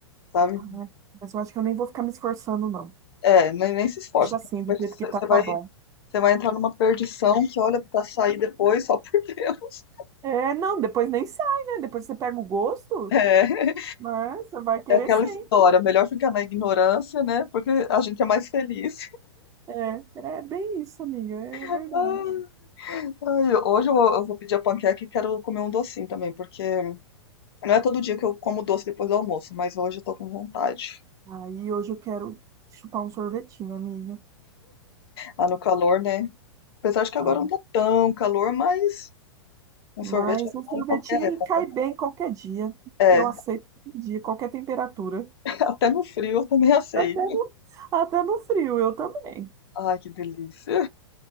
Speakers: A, on the left (about 55°); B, on the right (about 20°).
A: sabe?
B: Ai, mas eu acho que eu nem vou ficar me esforçando, não.
A: É, nem, nem se esforça,
B: Deixa assim, do
A: porque
B: jeito
A: você
B: que tá,
A: você
B: tá
A: vai,
B: bom.
A: você vai entrar numa perdição que, olha, pra sair depois, só por <laughs> Deus.
B: É, não, depois nem sai, né? Depois você pega o gosto,
A: É,
B: mas você vai querer
A: é aquela
B: sempre.
A: história, melhor ficar na ignorância, né? Porque a gente é mais feliz.
B: É, é bem isso, amiga, é verdade.
A: Ah, Ai, hoje eu vou eu vou pedir a panqueca e quero comer um docinho também, porque não é todo dia que eu como doce depois do almoço, mas hoje eu tô com vontade.
B: Aí hoje eu quero chupar um sorvetinho, amiga,
A: Ah, no calor, né? Apesar de que
B: tá?
A: agora não tá tão calor, mas um
B: Mas
A: sorvete é bom
B: um sorvetinho
A: em qualquer época.
B: cai bem qualquer dia.
A: É,
B: Eu aceito qualquer dia, qualquer temperatura.
A: <laughs> até no frio eu também aceito.
B: Até no, até no frio, eu também.
A: Ai, que delícia.